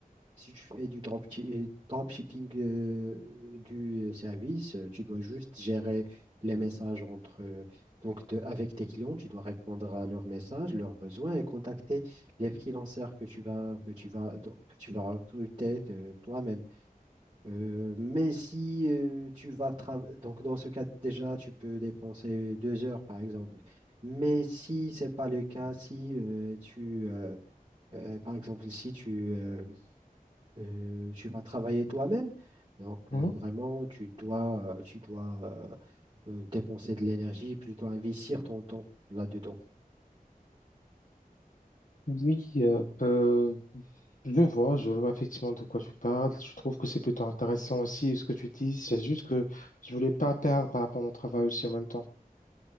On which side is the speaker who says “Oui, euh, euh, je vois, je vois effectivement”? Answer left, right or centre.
Left